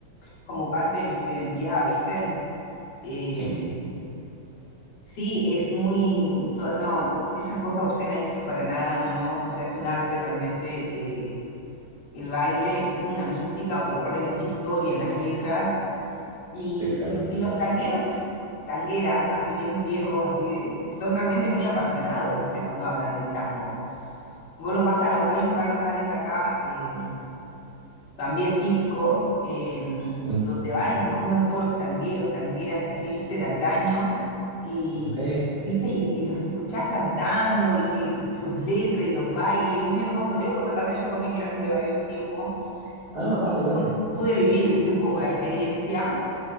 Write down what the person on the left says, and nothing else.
como parte de nuestra identidad, ¿viste? Eh,
sí, es muy, to- no, esas cosas obscenas y eso para nada, no, no, o sea, es un arte realmente. eh, el baile es toda una mística, porque aparte hay mucha historia en las letras. Y,
y- y los tangueros, tangueras, así bien viejos, así, de- son realmente muy apasionados, ¿viste? Cuando hablan del tango. Vos los vas a los, hay un par de bares acá, eh, también típicos, eh, donde
van y se juntan todos los tangueros, tangueras, así, ¿viste? De antaño, y,
¿viste? Y, y los escuchás cantando, y que, y sus letras, y los bailes, y es muy hermoso, te digo, porque aparte yo tomé clases de baile un tiempo,
y
pu- pude vivir, viste, un poco la experiencia